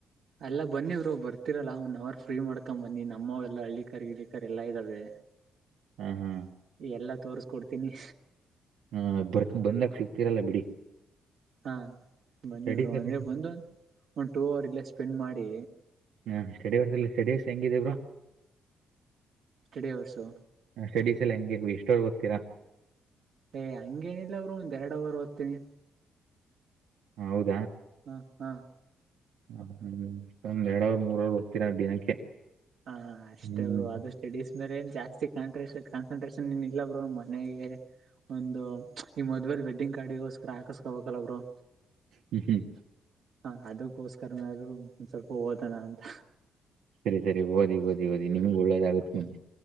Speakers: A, on the right (about 65°); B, on the right (about 85°).
A: ಅಲ್ಲ ಬನ್ನಿ ಬ್ರೋ ಬರ್ತಿರಲ್ಲಾ ಒನ್ ಅವರ್ ಫ್ರೀ ಮಾಡ್ಕೊಂಡ್ ಬನ್ನಿ ನಮ್ಮ ಎಲ್ಲ ಹಳ್ಳಿಿಕಾರ್ ಗಿಳಿಕಾರ್ ಎಲ್ಲಾ ಇದ್ದಾವೆ
B: ಹ ಹಾ
A: ಎಲ್ಲಾ ತೋಸ್ಕೊಡ್ತೀನಿ
B: ಹಾ ಬರ್ತ್ ಬಂದಾಗ ಸಿಕ್ತರಲ್ಲ ಬಿಡಿ
A: ಹಾ ಬನ್ನಿವರು
B: ಸ್ಟಡೀಸ್ ಎಲ್ಲ
A: ಅಂದ್ರೆ ಬಂದು ಒಂದ ಟೂ ಅವರ್ ಇಲ್ಲ ಸ್ಪೆಂಡ್ ಮಾಡಿ
B: ಹಾ ಸ್ಟಡಿ ಬರ್ತಲ್ಲ ಸ್ಟಡಸ್ ಹೆಂಗಿದೇ ಬ್ರೋ
A: ಸ್ಟಡಿ ಅವರ್ಸು
B: ಸ್ಟಡೀಸ್ ಎಲ್ಲ ಹೆಂಗೆ ಎಷ್ಟೋರ್ ಹೋಗ್ತೀರಾ
A: ಏ ಹಂಗೇನಿಲ್ಲ ಬ್ರೋ ಒಂದ್ ಎರಡು ಅವರು ಓದ್ತೀನಿ
B: ಹ ಹೌದು
A: ಹ್ಮ್ ಹ್ಮ್
B: ಹ ಅಷ್ಟೊಂದ್ ಎರಡ್ ಅವರ್ ಮೂರವರ್ ಹೋಗ್ತೀರ ದಿನಕ್ಕೆ
A: ಹಾ ಅಷ್ಟ
B: ಹ್ಮ್
A: ಬ್ರೋ ಅದು ಸ್ಟಡೀಸ್ ಮೇಲೆ ಏನ್ ಜಾಸ್ತಿ ಕಂಟ್ರೆಸನ್ ಕಾಣ ಕಾಂಟ್ರೆಸನ್ ಇಲ್ಲ ಬ್ರೋ ಮನೆಗೆ ಒಂದು ಈ ಮದ್ವೆೇಲ್ ವೆಡ್ಡಿಂಗ್ ಕಾರ್ಡಿಗೋಸ್ಕರ ಹಾಕಸ್ಕೋಬೇಕಲ್ಲ ಬ್ರೋ
B: ಹ್ಮ್ ಹ್ಮ್
A: ಹಾ ಅದಕ್ಕೋಸ್ಕರನಾದ್ರರು ಒಂದ್ ಸ್ವಲ್ಪ ಓತಣ ಅಂತ
B: ಸರಿ ಸರಿ ಓದಿ ಓದಿ ಓದಿ ನಿಮ್ಗು ಒಳ್ಳೇದ ಆಾಗತ್ ಮಂದೆ